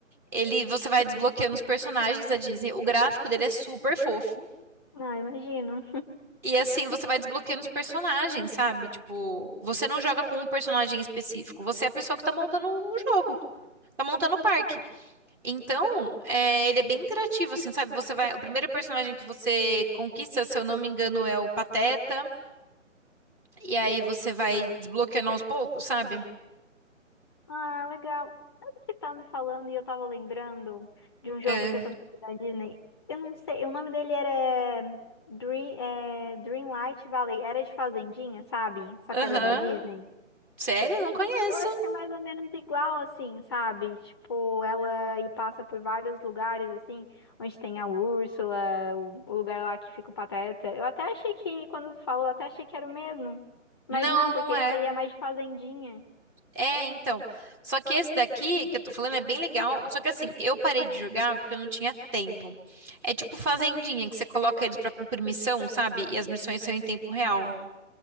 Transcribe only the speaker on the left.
Ah, imagino.
Ah, legal. Sabe o que tava me falando e eu tava lembrando de um
jogo que eu também fui da Disney? Eu não sei, o nome dele era eh, Dream, é, Dreamlight Valley. Era de Fazendinha, sabe? Só
que era da Disney.
Eu acho que é mais ou menos igual, assim, sabe? Tipo, ela e passa por vários lugares, assim, onde tem a Úrsula, o, o lugar lá que fica o Pateta. Eu até achei que, quando tu falou, eu até achei que era o mesmo. Mas
não,
porque esse
aí é mais de Fazendinha.